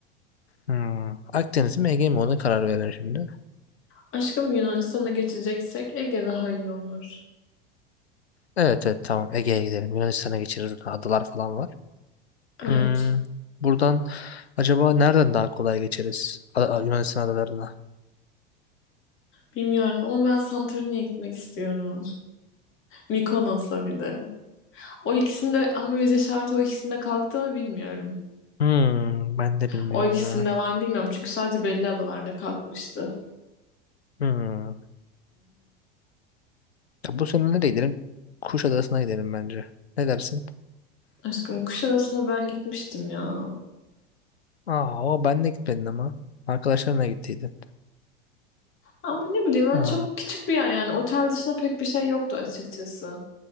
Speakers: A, on the left; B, on the left.
A: hmm, Akdeniz mi Ege mi ona karar verelim şimdi.
B: Aşkım Yunanistan'a geçeceksek Ege daha iyi olur.
A: Evet evet tamam Ege'ye gidelim. Yunanistan'a geçeriz. Burada Adalar falan var.
B: Evet.
A: Hmm, buradan acaba nereden daha kolay geçeriz? A- A- Yunanistan adalarına.
B: Bilmiyorum ama ben Santorini'ye gitmek istiyorum. <laughs> Mikonos'a bir de. O ikisinde ama vize şartı o ikisinde kalktı mı bilmiyorum.
A: Hmm, ben de bilmiyorum
B: O ikisinde
A: ya.
B: var mı bilmiyorum. Çünkü sadece belli adalarda kalkmıştı.
A: Hmm. Ya bu sene nereye gidelim? Kuşadası'na gidelim bence. Ne dersin?
B: Aşkım Kuşadası'na ben gitmiştim ya.
A: Aa, o ben de gitmedin ama. Arkadaşlarınla gittiydin.
B: Ama ne bileyim ben
A: Aa,
B: çok küçük bir yer yani. Otel dışında pek bir şey yoktu açıkçası.